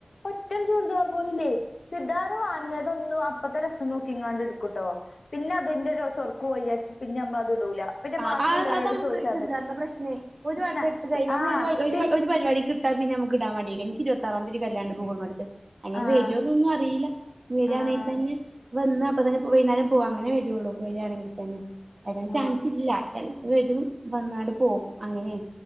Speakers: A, on the left; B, on the right.
A: ഒറ്റൊരു ചൂരിദാർ പോലുല്ലേ ചുരുദാർ വാങ്ങിയതൊന്നു അ ഇപ്പത്തെ രസം നോക്കി ഇങ്ങാണ്ട് എടുക്കുട്ടോ പിന്നെ അതിന്റെ ചൊറ്ക്ക് പോയ്യാച്ച പിന്നെ നമ്മളത് ഇടൂല പിന്നെ
B: ആഹ്
A: ബാക്കിയുള്ളവരോട്
B: അതാണ്
A: ചോദിച്ചാൻ
B: ചുരിദാറിന്റെ
A: നിക്കും
B: പ്രശ്നേ ഒരു
A: പ്രശ്ന
B: വട്ടം ഇട്ട് കഴിഞ്ഞ നമ്മൾ
A: ആഹ്
B: ഒരു
A: പിൻ
B: ഒരു പരിപാടിക്ക് ഇ ട്ടാ പിന്ന നമുക്ക് ഇടാൻ മടിയേക്കാരം എനിക്ക് ഇരുപത്താറാ തീയതി കല്യാണിണ്ട് പൂകൾ മടുത്ത് അയിന്
A: ആഹ്
B: വേരുവോന്നും അറിയില്ല വരിവാണെങ്കിൽ
A: ആഹ്
B: തന്നെ വന്ന് അപ്പ തന്നെ വൈകുന്നേരം പോവാ അങ്ങനെ വരുള്ളൂ വരിയാണെങ്കിൽ തന്നെ വരാൻ
A: ആ
B: ചാൻസ് ഇല്ല ചിലപ്പോ വരും വന്നാട് പോകും അങ്ങനെയ